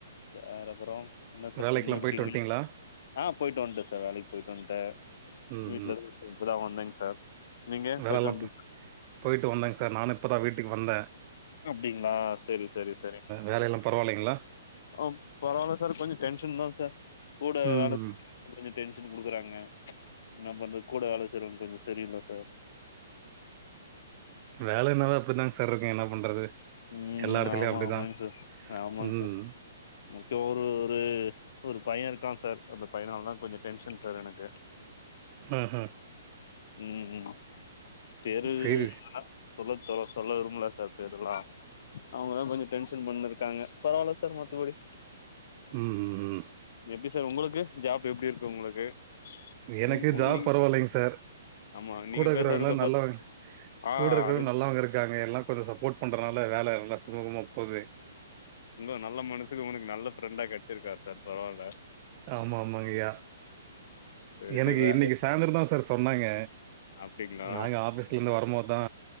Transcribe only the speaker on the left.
அ அர் அப்புறோ என்ன சார்
பென் எடுத்தீங்க
ஆ போயிட்டு வந்துட்டே சார் வேலைக்கி போயிட்டு வந்துட்டே
வீட்ல இரு இப்ப தா வந்தேங் சார் நீங்க
போயிட்டு வந்டி
அப்டிங்களா செரி செரி செரி
ஆ பரவால்ல சார் கொஞ்சோ டென்ஷன் தா சார் கூட
வேல கொஞ்சோ டென்ஷன் குடுக்குறாங்க என்ன பண்றது கூட வேல செய்றவங்க கொஞ்சோ சரியில்ல சார்
ம்
ஆமா
ஆமாங்க சார் ஆமாங்க
சார் மொத்த ஒரு ஒரு ஒரு பைய இருக்கா சார் அந்த பையனாலதா கொஞ்சோ டென்ஷன் சார் எனக்கு
ம் ம் பேரு
வேணா சொல்ல சொ சொல்ல விரும்பல சார் பேருலா அவங்கதா கொஞ்சோ டென்ஷன் பண்ணிருக்காங்க பரவால்ல சார் மத்தபடி
எப்டி சார் உங்களுக்கு ஜாப் எப்பிடி இருக்கு உங்களுக்கு
ம் ம்
நீங்
ஆமா நீங்க
பேசறத பாத்
ஆ
அது
உங்க நல்ல மனசுக்கு உனுக்கு நல்ல ஃப்ரெண்டா கெடைச்சிருக்காரு சார் பரவால
சரி
சரி வே
அப்டிங்களா